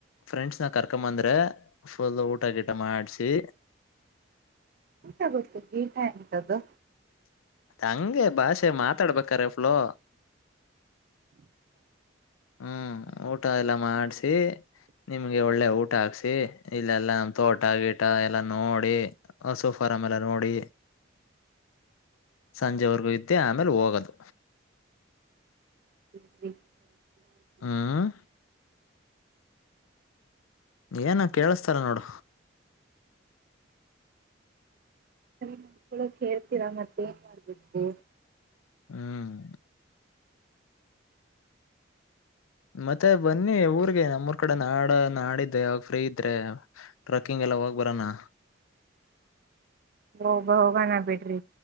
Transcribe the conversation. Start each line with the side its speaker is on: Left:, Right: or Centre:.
Left: ಫ್ರೆಂಡ್ಸ್ ನ ಕರ್ಕೊಂಡ್ ಬಂದೆ ಫುಲ್ ಊಟ ಗಿಟ ಮಾಡಸಿ
Right: ಊಟ ಗೊತ್ತ ಗೀಟ ಎಂತದ್ದು?
Left: ಹಂಗೆ ಭಾಷೆ ಮಾತಾಡಬೇಕಾದ್ರೆ ಫ್ಲೋ ಹ್ಮ್ ಊಟ ಎಲ್ಲ ಮಾಡ್ಸಿ ನಿಮ್ಗೆ ಒಳ್ಳೆ ಊಟ ಹಾಕ್ಸಿ, ಇಲ್ಲೆಲ್ಲಾ ತೋಟ ಗೀಟ ಎಲ್ಲ ನೋಡಿ ಹಸು ಫಾರ ಎಲ್ಲ ನೋಡಿ ಸಂಜೆವರೆಗೂ ಇದ್ದೆ ಆಮೇಲೆ ಹೋಗೋದು.
Right: <unintelligible> <unintelligible>
Left: ಹ್ಮ್ ಏನ ಕೇಳಸ್ತಾಲ್ಲ ನೋಡ,
Right: ಮಾಡ್ಕೊಳಕ್ ಹೇಳ್ತೀರಾ ಮತ್ತೆ ಏನ್ ಮಾಡ್ಬೇಕು?
Left: ಹ್ಮ್ ಮತ್ತೆ ಬನ್ನಿ ಊರ್ಗೆ ನಮ್ಮೂರ್ ಕಡೆ ನಾಡ ನಾಡಿದ್ದೆ ಯಾವಾಗ ಫ್ರೀ ಇದ್ರೆ ಟ್ರಕ್ಕಿಂಗ್ ಎಲ್ಲ ಹೋಗ ಬರನಾ.
Right: ಹೋಗಬ ಹೋಗಣ ಬಿಡ್ರಿ